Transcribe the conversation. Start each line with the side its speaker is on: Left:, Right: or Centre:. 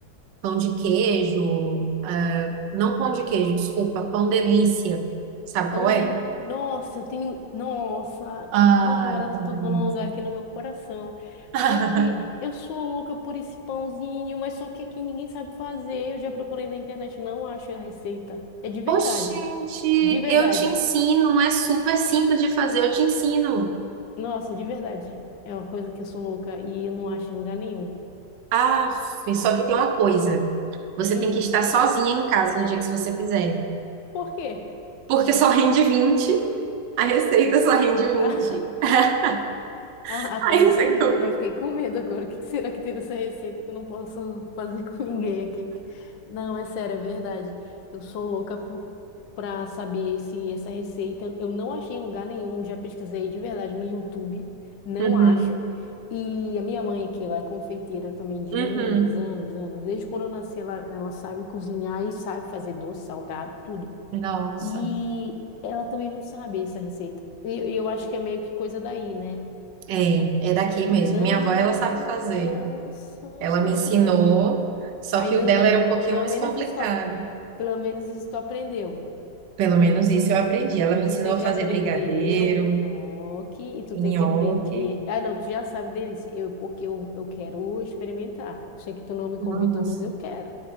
Right: pão de queijo, ah, não pão de queijo, desculpa, pão delícia. Sabe
Left: Pão
Right: qual é?
Left: dele. Nossa, eu tenho. Nossa!
Right: Ai,
Left: Nossa, agora
Right: pão
Left: tu tocou
Right: delícia.
Left: num lugar aqui no meu coração.
Right: <laughs>
Left: Porque
Right: Deus.
Left: eu sou louca por esse pãozinho, mas só que aqui ninguém sabe fazer. Eu já procurei na internet, não acho a receita. É de verdade.
Right: Oxente,
Left: De verdade.
Right: eu te ensino, é super simples de fazer, eu te ensino.
Left: Nossa, de verdade. É uma coisa que eu sou louca e eu não acho em lugar nenhum.
Right: Ah, só que tem uma coisa. Você
Left: Hum,
Right: tem que estar sozinha em casa no dia que você fizer.
Left: por quê?
Right: Porque só rende 20, a receita só rende
Left: <laughs>
Right: 20. <laughs>
Left: Ah, até
Right: Aí
Left: entendi.
Right: você come.
Left: Eu não fiquei com medo agora. O que será que tem nessa receita que eu não posso fazer com <laughs> ninguém aqui? Não, é sério, é verdade. Eu sou louca por para saber se essa receita. Eu não achei em lugar nenhum. Já pesquisei de verdade no YouTube. Não
Right: Uhum,
Left: acho. E a minha mãe, que ela é confeiteira também de
Right: uhum.
Left: anos, anos, anos. Desde quando eu nasci, ela, ela sabe cozinhar e sabe fazer doce, salgado, tudo.
Right: Nossa.
Left: E ela também não sabe essa receita. E eu acho que é meio que coisa daí, né?
Right: É, é daqui
Left: Então,
Right: mesmo. Minha avó,
Left: menino,
Right: ela sabe fazer.
Left: nossa, eu
Right: Ela
Left: sou
Right: me
Left: louca
Right: ensinou,
Left: por isso.
Right: só
Left: Ainda,
Right: que o dela
Left: ne-
Right: era um pouquinho
Left: pelo
Right: mais
Left: menos
Right: complicado.
Left: isso, tu- pelo menos isso tu aprendeu.
Right: Pelo menos isso eu aprendi. Ela me
Left: Tu
Right: ensinou
Left: tem
Right: a
Left: que
Right: fazer
Left: aprender
Right: brigadeiro,
Left: o nhoque e tu tem
Right: nhoque.
Left: que aprender. Ah, não, tu já sabe deles. Eu, porque eu, eu quero experimentar. Eu sei que tu não me
Right: Nossa.
Left: convidou, mas eu quero.